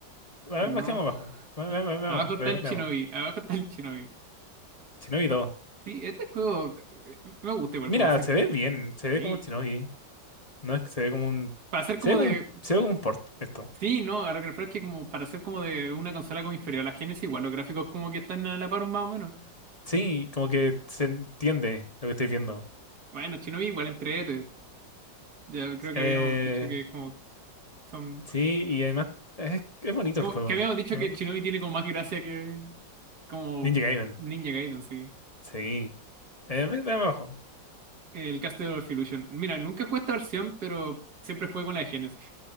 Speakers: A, on the left; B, on the right.
A: A
B: No.
A: ver, bajemos abajo. Va- va- va- Veamos,
B: Abajo está
A: ve-
B: el
A: veamos.
B: Shinobi. Abajo está el Shinobi.
A: Shinobi 2.
B: Sí, este juego eh, me gusta igual
A: Mira,
B: como sé.
A: se ve bien, se ve
B: Sí.
A: como Shinobi. No es que se ve como un.
B: Para ser
A: Se
B: como
A: ve como
B: de.
A: un, se ve como un port esto.
B: Sí, no, a lo que refiero es que como para ser como de una consola como inferior a la Genesis, igual los gráficos como que están a la par más o menos.
A: Sí, como que se entiende lo que estoy viendo.
B: Bueno, Shinobi igual entrete. Ya creo
A: Eh,
B: que habíamos dicho que es como son.
A: sí, y además es, es bonito
B: como-
A: el juego.
B: que habíamos dicho
A: ¿no?
B: que Shinobi tiene como más gracia que como
A: Ninja Gaiden.
B: Ninja Gaiden, sí.
A: Sí. Eh, ve- veamos abajo.
B: El Castle of Illusion. Mira, nunca jugué esta versión, pero siempre jugué con la de Genesis.